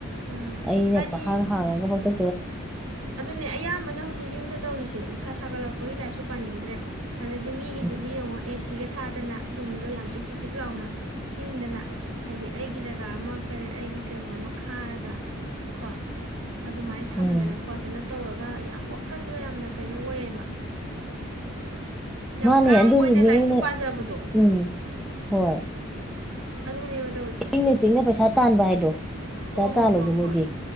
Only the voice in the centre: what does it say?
ꯑꯩꯅꯦ
ꯄ ꯍꯥꯡ ꯍꯥꯡꯉꯒ ꯇ
ꯎꯝ
ꯎꯝ
ꯃꯥꯅꯦ
ꯑꯗꯨꯕꯨꯗꯤ
ꯃꯣꯏꯅ
ꯎꯝ ꯍꯣꯏ
ꯆꯤꯡꯅꯦ ꯆꯤꯡꯅꯦ ꯄꯩꯁꯥ ꯇꯥꯟꯚ ꯍꯥꯏꯗꯣ
ꯄꯩꯁꯥ
ꯇꯥꯜꯂꯣꯁꯨ
ꯃꯣꯏꯗꯤ